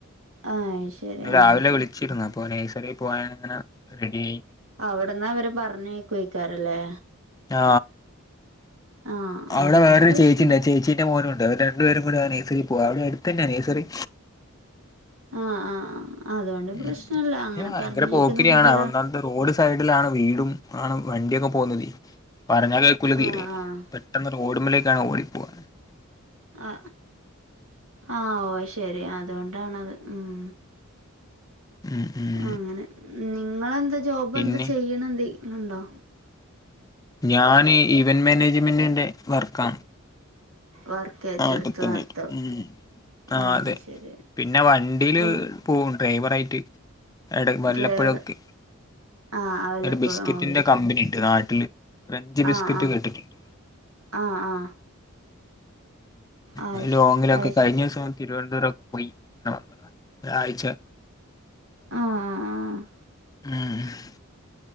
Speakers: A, on the right; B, on the left.
A: അത് ശരി ആ
B: രാവിലെ വിളി ച്ചിരുന്നു അപ്പോ നെയ്സറി പോവാൻങ്ങനെ റെഡിയി
A: അവ്ടന്ന് അവര് പറഞ്ഞേയ്ക്ക്വക്കാരലേ
B: ആ
A: ആ
B: അവടെ
A: അതുകൊണ്ട്
B: വേറൊരു
A: പ്രശ്നമില്ല
B: ചേച്ചീണ്ട് ചേച്ചീ ന്റെ മോനുണ്ട് അവര് രണ്ടുപേരും കൂടെ നേഴ്സറി പോവാ അവടെടുത്തന്നേ നേയ്സറി
A: ആ ആ ആഹ് അതോണ്ട്
B: ഉം
A: പ്രശ്നല്ല അങ്ങനെ
B: ഭയങ്കര
A: പറഞ്ഞേക്കുന്ന
B: പോക്കിരിയാണ്
A: കൂട്ടരാ
B: ഒന്നാമത്തെ റോഡ് സൈഡിലാണ് വീടും ആണ് വണ്ടിയൊക്കെ പോന്നില്ല്യ പറഞ്ഞാ കേക്കൂല
A: ആ
B: തീരെ
A: ആ
B: പെട്ടെന്ന് റോഡിമ്മേലേക്കാണ് ഓടിപ്പോകാ
A: ആ ആ ഓ ശരി അത്കൊണ്ടാണത് ഉം
B: ഉം ഉം
A: അങ്ങനെ നിങ്ങളെന്താ ജോബ്
B: പിന്നെ
A: എന്താ ചെയ്യണ എന്തി <unintelligible> ണ്ടോ
B: ഞാന് ഇവന്റ് മാനേജ്മെന്റിന്റെ വർക്കാണ്
A: വർക്ക് ഏറ്റെടുത്ത്
B: നാട്ടി തന്നെ
A: നടത്തോ
B: മ് ആ
A: ഓ
B: അതെ
A: ശരി
B: പിന്നെ വണ്ടില്
A: എ
B: - പോവും ഡ്രൈവറായിട്ട് എടെ വല്ലപ്പഴൊക്കെ
A: ഡ്രൈവർ ആ വല്ലപ്പോ
B: ബിസ്കറ്റിന്റെ
A: ഓ ശരി
B: കമ്പനി ണ്ട് നാട്ടില് ക്രഞ്ച്
A: ആ
B: ബിസ്ക്കറ്റ്
A: ആ
B: കേട്ടിട്ടുണ്ട്
A: ആ ആ ആ
B: ഉ ലോങ്ങിലൊക്കെ
A: ആ
B: കയ്ഞ്ഞ സം തിരുവനന്തപുരം ഒക്കെ പോയി ന്നെ വന്നതാ ഒരായ്ച്ച
A: ആ ആ ആ
B: മ് മ്